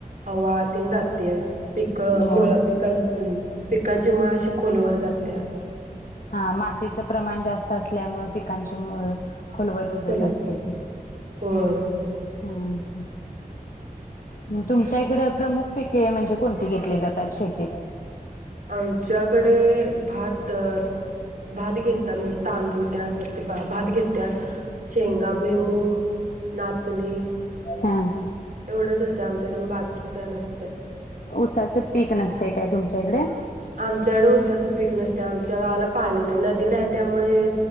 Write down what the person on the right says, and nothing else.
हवा तेन जातेया. पिकं,
मुळं, पिकां पिकांची मुळं अशी खोलवर जात्यात.
कोलम
होय
आमच्याकडे भात भात घेतात, म्हणजे तांदूळ ते असत्यात, ते भात घेत्यात. शेंगा, भुईमूग, नाचणी
एवढंच असतय आमच्यात, अन बाक्की काय नसतय.
आमच्याडे ऊसाचं पीक नसतंय, आमच्या गावाला पाणी नाही, नदी नाही त्यामुळे